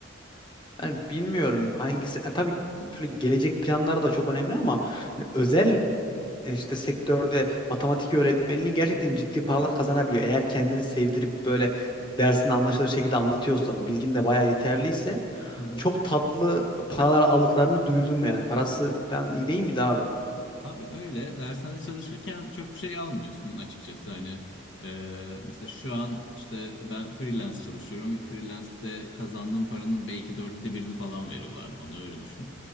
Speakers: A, on the left (about 20°); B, on the left (about 65°).
A: Ben bilmiyorum hangisi. e, tabii böyle gelecek planları da çok önemli ama hani özel e, işte sektörde matematik öğretmenliği gerçekten ciddi paralar kazanabiliyor. Eğer kendini sevdirip böyle dersini anlaşılır şekilde anlatıyorsan, bilgin de bayağı yeterliyse
B: <laughs>
A: çok tatlı paralar aldıklarını duydum yani. Parası falan iyi değil miydi abi?
B: Abi öyle dershane çalışırken çok bir şey almıyorsun açıkçası hani e, mesela şu an işte ben freelance çalışıyorum ve freelance'de kazandığım paranın belki dörtte birini falan veriyorlardı bana öyle düşün.